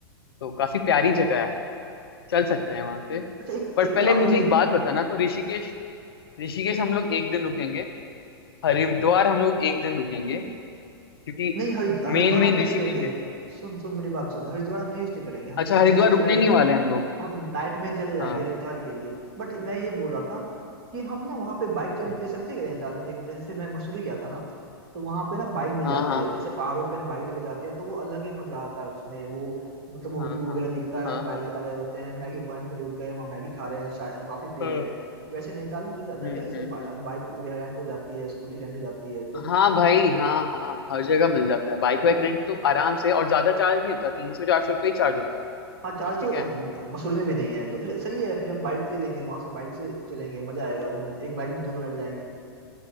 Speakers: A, on the left; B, on the right.
A: तो काफी प्यारी जगह है चल सकते हैं वहां से
B: अच्छा एक
A: पर
B: एक
A: पहले
B: काम
A: मुझे
B: एक, एक
A: एक बात बताना तो ऋषिकेश ऋषिकेश हम लोग एक दिन रुकेंगे हरिद्वार हम लोग एक दिन रुकेंगे क्योंकि
B: नहीं हरि हरिद्वार
A: मेन मेन
B: हम नहीं
A: ऋषिकेश
B: रुकेंगे सुन सुन मेरी बात सुन हरिद्वार हम नहीं स्टे करेंगे हम
A: अच्छा
B: ऋषिकेश
A: हरिद्वार
B: स्टे
A: रुकने
B: करेंगे
A: नहीं वाले हम लोग
B: हम नाइट में चले जाएंगे
A: हाँ
B: नैनीताल के लिए बट मैं ये बोल रहा था कि हम ना वहाँ पे बाइक रेंट
A: हम्म,
B: ले सकते हैं क्या नैनीताल में देख जैसे मैं मसूरी गया था ना तो वहाँ पे ना बाइक मिल
A: हाँ
B: जाती
A: हाँ
B: है तो ऐसे पहाड़ों पे हम बाइक लेके जाते हैं तो वो अलग ही मजा आता है उसमें वो मतलब वो
A: हाँ
B: व्यू
A: हाँ
B: वगैरह दिखता है और
A: हाँ
B: हम बाइक
A: हाँ
B: चला रहे होते हैं मैगी पॉइंट में रुक गए वहाँ मैगी खा रहे हैं चाय कॉफी पी
A: हाँ।
B: रहे हैं वैसे नैनीताल में मिल
A: हम्म
B: जाता है क्या ऐसे
A: हम्म
B: पा-
A: हम्म
B: बाइक वगैरह रेंट हो जाती है स्कूटी रेंट हो जाती है तो
A: हाँ भाई हाँ हाँ हर जगह मिल जाता है बाइक वाइक रेंट तो आराम से और ज्यादा चार्ज नहीं होता तीन सौ चार सौ रुपये ही चार्ज होता है
B: हाँ चार्ज
A: ठीक
B: तो
A: है
B: अम, मसूरी में भी नहीं है तो फिर सही है फिर हम बाइक ले लेंगे वहां से बाइक से चलेंगे मजा आएगा दोनों एक बाइक में दोनों बैठ जाएंगे